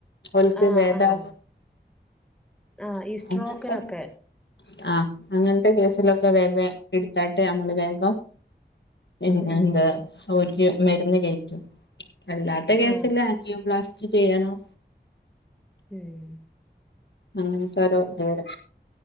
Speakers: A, on the left (about 75°); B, in the centre.
A: ഓൽക്ക്
B: ആഹ്
A: ഭേദാ
B: ആഹ് ആഹ് ഈ സ്ട്രോക്കിനൊക്കെ
A: അങ്ങൻത്തൊക്കെ ആഹ് അങ്ങൻത്തെ കേസിലൊക്കെ വേംവേ. ഇട്ത്താട്ട് അമ്മള് വേഗം എൻ
B: ഉം
A: എന്താ ഓർക് മരുന്ന് കേറ്റും അല്ലാത്ത കേസ്ൽ
B: ആഹ്
A: ആൻജിയോപ്ലാസ്റ്റി ചെയ്യണം.
B: ഉം.
A: അങ്ങൻത്തോരെ ഇത് വരാ.